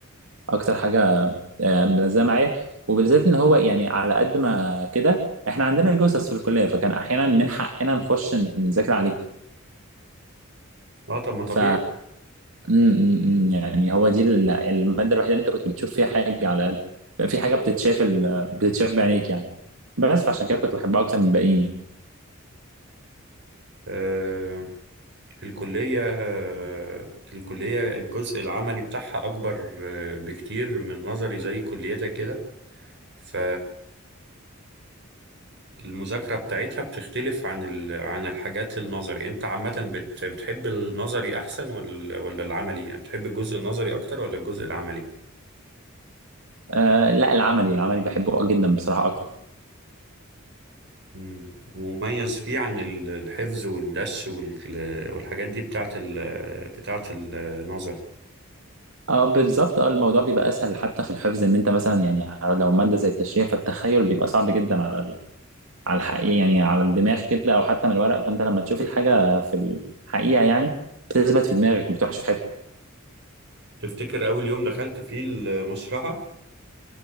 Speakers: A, on the right (about 75°); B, on the right (about 60°).
A: اكتر حاجه آه، ملزمه معايا وبالذات ان هو يعني على قد ما كده احنا عندنا جثث في الكليه فكان احيانا من حقنا نخش نذاكر عليهم
B: اه طب ما طبيعي
A: ف م- م- م، يعني هو دي ال- الماده الوحيده اللي انت كنت بتشوف فيها حاجه على الاقل بقى في حاجه بتتشاف ال... بتتشاف بعينيك يعني بس فعشان كده كنت بحبها اكتر من الباقيين يعني
B: آه، الكلية آه، الكلية الجزء العملي بتاعها اكبر آه، بكتير من نظري زي كليتك كده ف المذاكرة بتاعتها بتختلف عن ال... عن الحاجات النظري انت عامة بت... بتحب النظري احسن ولا ولا العملي يعني بتحب الجزء النظري اكتر ولا الجزء العملي
A: آه لا العملي العملي بحبه جدا بصراحه اكتر
B: مم. مميز فيه عن ال- الحفظ والدش وال... والحاجات دي بتاعت ال... بتاعت النظري
A: اه بالظبط اه الموضوع بيبقى اسهل حتى في الحفظ ان انت مثلا يعني لو ماده زي التشريح فالتخيل بيبقى صعب جدا على على الحقيقة يعني على الدماغ كده أو حتى من الورق فأنت لما تشوف الحاجة في الحقيقة يعني بتثبت في دماغك وما بتروحش في حتة
B: تفتكر اول يوم دخلت فيه المشرحة